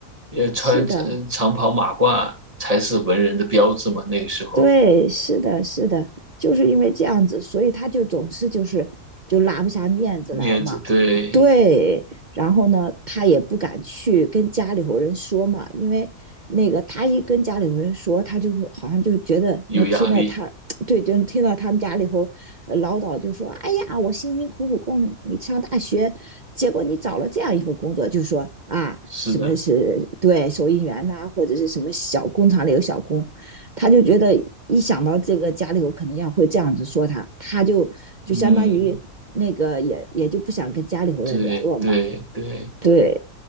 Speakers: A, on the right; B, on the right.
A: 也穿呃长袍马褂才是文人的标志嘛。
B: 是的。
A: 那个时候
B: 对，是的，是的，就是因为这样子，所以他就总是就是就拉不下面子来嘛。
A: 面子对
B: 对，然后呢，他也不敢去跟家里头人说嘛，因为那个他一跟家里头人说，他就会好像就觉得能听到他，
A: 有压力，
B: <tsk> 对，就听到他们家里头呃唠叨，就说：“哎呀，我辛辛苦苦供你上大学，结果你找了这样一份工作，就说啊，
A: 是的，
B: 什么是对收银员呐、或者是什么小工厂里有小工。”他就觉得一想到这个家里头可能要会这样子说他，他就就相当于那个也也就不想跟家里头人联络嘛。
A: 嗯，对对对。
B: 对，